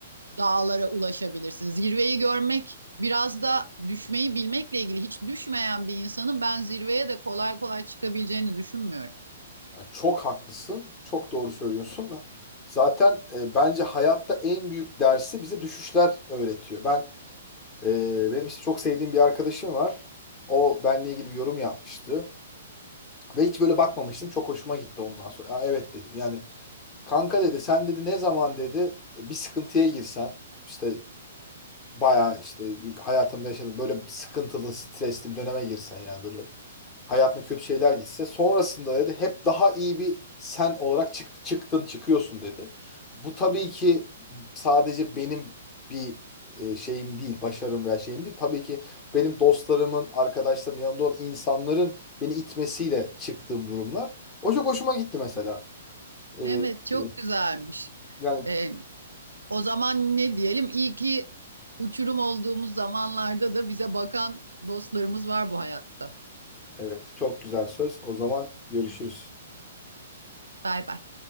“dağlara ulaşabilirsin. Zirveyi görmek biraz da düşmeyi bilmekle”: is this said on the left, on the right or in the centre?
Right